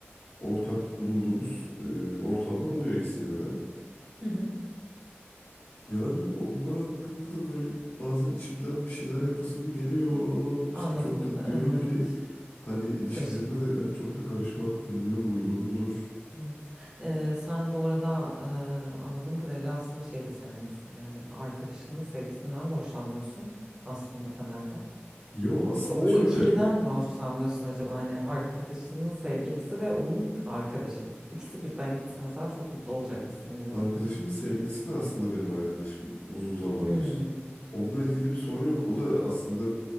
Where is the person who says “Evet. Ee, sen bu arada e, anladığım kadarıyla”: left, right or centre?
Right